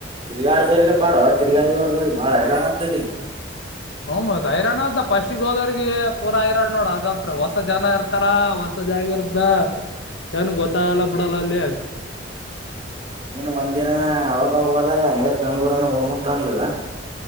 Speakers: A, on the right; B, on the left.
A: ತಿರುಗಾಡದವ್ರಿಗೆ ಪಾಡು ತಿರುಗಾಡ್ಲಾರ್ದವ್ರಿಗೆ ಬಾಳ ಹೈರಾತ್ತಲಿ
B: ಹ್ತ್ ಹೈರಾಣ ಅದ ಪಾಸ್ಟ್ಗೆ ಗೋದರ್ರಿಗೆ ಪೂರ ಹೈರಾಣ ನೋಡ ಅದಂತ್ತ್ರ ಹೊಸ ಜನ ಇರ್ತಾರ ಹೊಸ ಜಾಗಿ ಇರ್್ದ ಏನ್ ಗೊತ್ತಗಲ್ಲ ಬಿಡಲ್ಲ ಅಲ್ಲಿ
A: ಮತ್ತೆ ನೀನು ಒಂದ್ನ ಅವಾಗ ಹೋದಾಗ ನೆಡತ್ ಬೆಂಗಳೂರನ ಹೋಮಂತ ಅನ್ಲಿಲ್ಲ